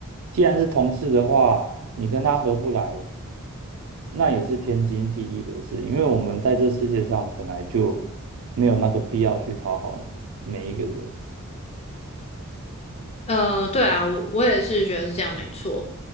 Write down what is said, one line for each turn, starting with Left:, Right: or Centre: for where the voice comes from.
Right: 既然是同事的话，你跟他合不来，那也是天经地义的事，因为我们在这世界上本来就没有那个必要去讨好每一个人。
Left: 呃，对啊，我我也是觉得是这样，没错。